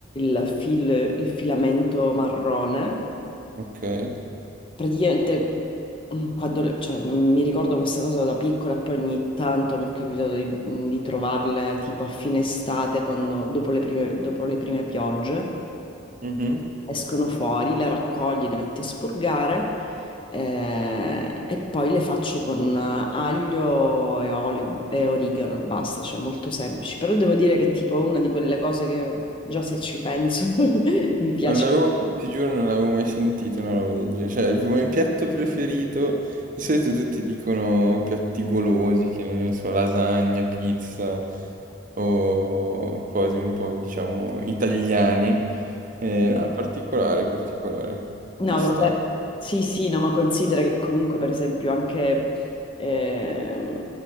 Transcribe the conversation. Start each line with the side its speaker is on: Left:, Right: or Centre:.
Left: il fil- il filamento marrone.
Right: ok.
Left: Praticamente mm, quando le- cioè, mm, mi ricordo questa cosa da piccola e poi ogni tanto mi è capitato di, di trovarle tipo a fine estate, quando- dopo le prime dopo le prime piogge
Right: Mhm.
Left: escono fuori, le raccogli, le metti a spurgare eh, e poi le faccio con eh, aglio e olio e origano e basta, cioè molto semplici. Però devo dire che è tipo una di quelle cose che già se ci penso <laughs> mi piace.
Right: Non l'avevo, ti giuro, non l'avevo mai sentito una roba del genere. Cioè, il mio piatto preferito, di solito tutti dicono piatti golosi, che ne so, lasagna, pizza o cose un po', diciamo, italiane. Eh, no, particolare, particolare.
Left: No,
Right: Ci sta.
Left: vabbè. Sì, sì, no, ma considera che comunque, per esempio, anche ehm,